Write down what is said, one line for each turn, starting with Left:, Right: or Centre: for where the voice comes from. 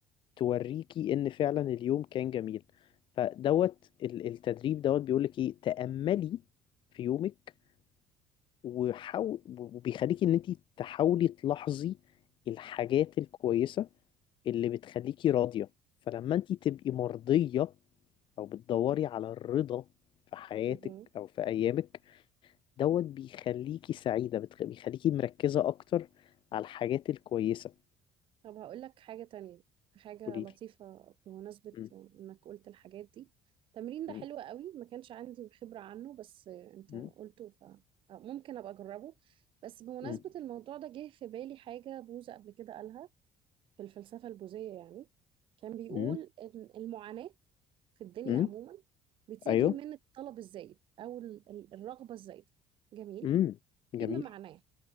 Left: توريكي إن فعلا اليوم كان جميل فدوت ال- التدريب دوت بيقولك إيه تأملي في يومك وحاول وبيخليكي إن أنت تحاولي تلاحظي الحاجات الكويسة اللي بتخليكي راضية فلما أنت تبقي مرضية أو بتدوري على الرضا في حياتك
Right: امم
Left: أو في أيامك دوت بيخليكي سعيدة بتخ... بيخليكي مركزة أكتر على الحاجات الكويسة
Right: طب هقول لك حاجة تانية حاجة
Left: قوليلي
Right: لطيفة بمناسبة
Left: مم.
Right: إنك قلت الحاجات دي التمرين ده
Left: مم.
Right: حلو قوي ما كانش عندي خبرة عنه بس أنت
Left: مم.
Right: قلته فممكن أبقى أجربه بس بمناسبة
Left: مم.
Right: الموضوع ده جه في بالي حاجة بوذا قبل كده قالها في الفلسفة البوذية يعني كان بيقول
Left: مم.
Right: إن المعاناة في الدنيا
Left: مم.
Right: عموما بتيجي
Left: أيوه
Right: من الطلب الزايد أو ال- ال- الرغبة الزايدة جميل
Left: مم.
Right: فيما
Left: جميل
Right: معناه